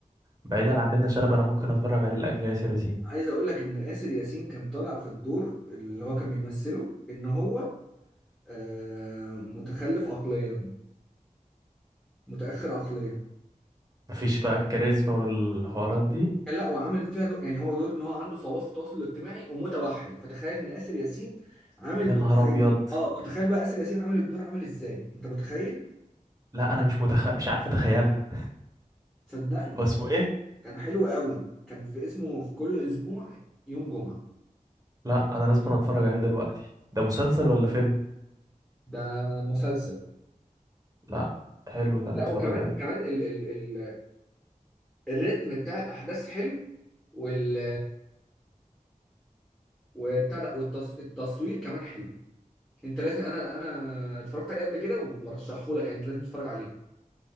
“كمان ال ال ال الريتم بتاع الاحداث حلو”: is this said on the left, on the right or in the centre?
Centre